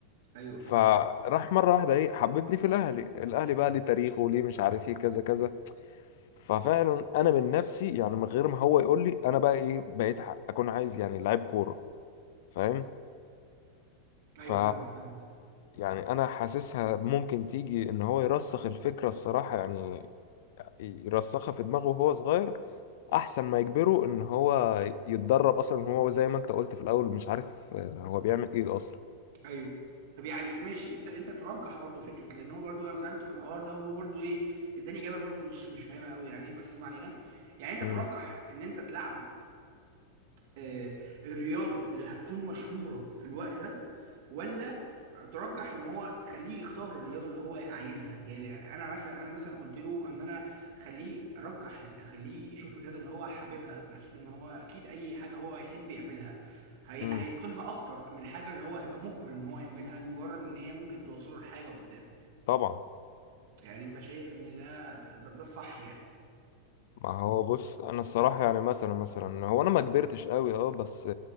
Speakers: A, on the right; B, on the left.
A: ايوه فاهمك
B: فراح مرة واحدة ايه حببني في الاهلي الاهلي بقى ليه تاريخه وليه مش عارف ايه كذا كذا ففعلا انا من نفسي يعني من غير ما هو يقول لي انا بقى ايه بقيت ح- اكون عايز يعني لعيب كورة فاهم
A: ايوه
B: ف
A: فاهمك فاهمك
B: يعني انا حاسسها ممكن تيجي ان هو يرسخ الفكره الصراحه يعني يرسخها في دماغه وهو صغير احسن ما يجبره ان هو يتدرب اصلا هو زي ما انت قلت في الاول مش عارف آه، هو بيعمل ايه اصلا
A: ايوه طب يعني ماشي انت انت ترجح برضو فكره لان هو برضو انا سالته في الحوار ده وهو برضو ايه اداني اجابه برضو مش مش فاهمها قوي يعني بس ما علينا يعني انت
B: امم
A: ترجح ان انت تلعبه آه، الرياضة اللي هتكون مشهورة في الوقت ده ولا ترجح ان هو تخليه يختار الرياضة اللي هو عايزها يعني انا مثلا انا مثلا قلت له ان انا خليه ارجح اخليه يشوف الرياضة اللي هو حاببها بس ان هو اكيد اي حاجة هو هيحب يعملها هي...
B: امم
A: هيتقنها اكتر من الحاجة اللي هو هيبقى مجبر ان هو يعملها لمجرد ان هي ممكن توصله لحاجة قدام
B: طبعا
A: يعني انت شايف ان ده ده, ده الصح يعني
B: ما هو بص انا الصراحه يعني مثلا مثلا هو انا ما كبرتش قوي اه بس